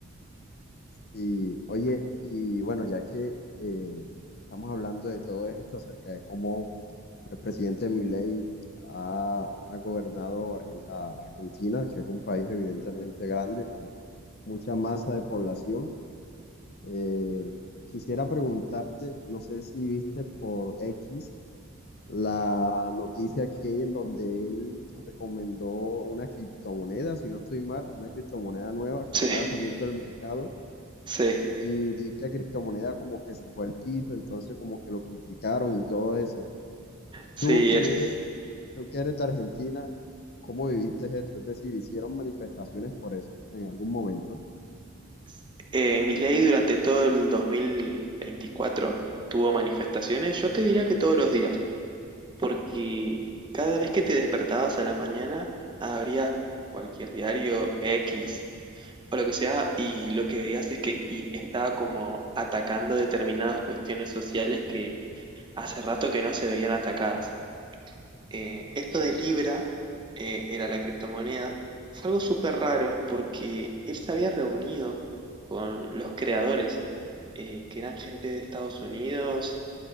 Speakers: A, on the left; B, on the right.
A: Y oye, y bueno, ya que eh, estamos hablando de todo esto acerca de cómo El presidente Milei ha, ha gobernado Argen- a Argentina, que es un país evidentemente grande con mucha masa de población. Eh, quisiera preguntarte, no sé si viste por X la noticia que en donde él recomendó una criptomoneda, si no estoy mal, una criptomoneda nueva que
B: Sí,
A: estaba saliendo del mercado.
B: sí,
A: Y dicha criptomoneda como que se fue al piso, entonces como que lo criticaron y todo eso.
B: sí,
A: Tú que
B: es.
A: eres, tú que eres de Argentina, ¿cómo viviste eso? Es decir, ¿hicieron manifestaciones por eso en algún momento?
B: es- Eh, Milei durante todo el 2024 tuvo manifestaciones, yo te diría que todos los días, porque cada vez que te despertabas a la mañana, abrías cualquier diario X, o lo que sea, y lo que veías es que y estaba como atacando determinadas cuestiones sociales que hace rato que no se veían atacadas. Eh, esto de Libra, eh, era la criptomoneda, fue algo súper raro porque él se había reunido con los creadores, eh, que eran gente de Estados Unidos